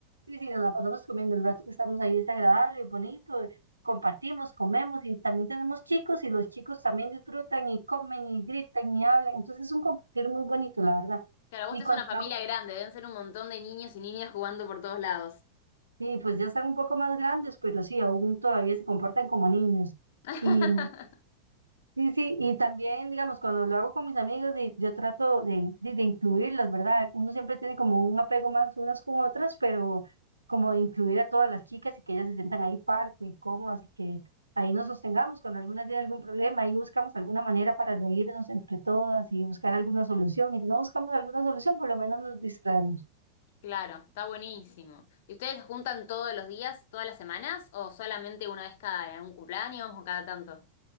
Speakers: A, on the right; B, on the left.
A: Sí, sí, nos la pasamos comiendo, el rato que estamos ahí es agradable, bonito, eh, compartimos, comemos y también tenemos chicos y los chicos también disfrutan y comen y gritan y hablan, entonces es un compartir muy bonito, la verdad.
B: Claro, vos
A: Y
B: tenés
A: cuando
B: una familia
A: lo hago,
B: grande, deben ser un montón de niños y niñas jugando por todos lados.
A: sí, pues ya están un poco más grandes, pero sí, aún todavía se comportan como niños.
B: <laughs>
A: Y Sí, sí, y también, digamos, cuando lo hago con mis amigos, y yo trato de, de, de incluirlas, ¿verdad? Uno siempre tiene como un apego más unas con otras, pero como de incluir a todas las chicas y que ellas se sientan ahí parte y cómodas y que ahí nos sostengamos cuando algunas tienen algún problema, ahí buscamos alguna manera para reírnos entre todas y buscar alguna solución. Y si no buscamos alguna solución, por lo menos nos distraemos.
B: Claro, está buenísimo. ¿Y ustedes se juntan todos los días, todas las semanas, o solamente una vez cada un cumpleaños o cada tanto?